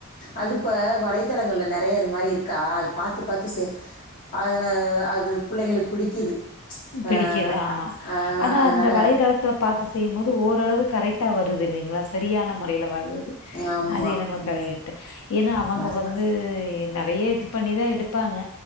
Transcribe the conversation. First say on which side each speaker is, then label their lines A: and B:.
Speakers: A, on the left (about 40°); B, on the left (about 75°).
A: அதுப்ப வலைத்தளங்கள்ல நிறைய மாதிரி இருக்கா அது பார்த்து பார்த்து சேரும் <unintelligible> அது பிள்ளைங்களுக்குப் பிடிக்குது அஹ்
B: பிடிக்குது ஆமா
A: அ- அஹ்
B: ஆனா
A: அதனால
B: அந்த வலைதளத்துல பார்த்து செய்யும் போது ஓரளவு கரைட் ட்டா வரு து இல்லங்களா சரியான முறையில வருது
A: ஆமாம்
B: அதே நம
A: ம்
B: கரேட்டு ஏன்னா அவங்க
A: வரல
B: வந்து என் நெறைய இது பண்ணிதா எடுப்பாங்க